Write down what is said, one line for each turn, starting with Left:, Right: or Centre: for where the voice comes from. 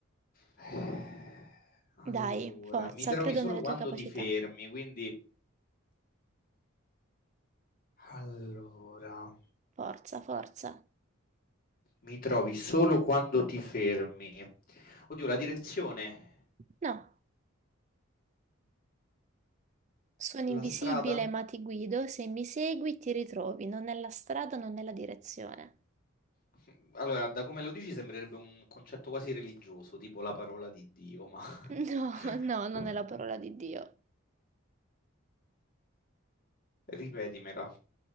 Left: Eh, Allora,
Right: dai, forza,
Left: mi trovi
Right: credo
Left: solo
Right: nelle
Left: quando
Right: tue capacità.
Left: ti fermi, quindi... Allora...
Right: Forza, forza.
Left: Mi trovi solo quando ti fermi. Oddio, la direzione,
Right: No, sono
Left: la
Right: invisibile,
Left: strada?
Right: ma ti guido. Se mi segui, ti ritrovi. Non è la strada, non è la direzione.
Left: <laughs> Allora, da come lo dici sembrerebbe un concetto quasi religioso, tipo la parola di Dio, ma <laughs>
Right: No, <laughs> no, non è la parola di Dio.
Left: ripetimela.